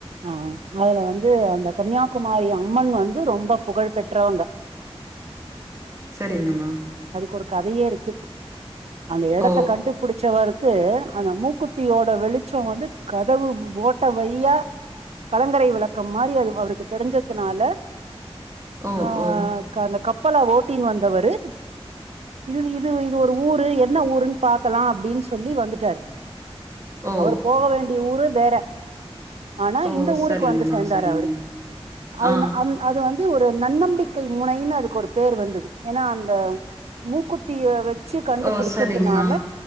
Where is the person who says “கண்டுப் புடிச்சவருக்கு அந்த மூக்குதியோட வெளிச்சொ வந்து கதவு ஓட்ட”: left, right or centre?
Right